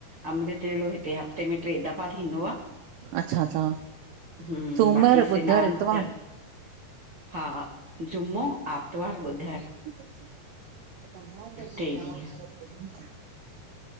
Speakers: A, on the right (about 45°); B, on the right (about 80°).
A: अमृतवेलो, हिते हफ़्ते में ट्रे दफ़ा थींदो आ।
B: अच्छा अच्छा
A: हूं,
B: सूमर
A: बाकी
B: ॿुधर
A: सिनान
B: इतवार
A: त हा, जुमो, आतवार, ॿुधर।
B: <unintelligible>
A: टे ॾींहं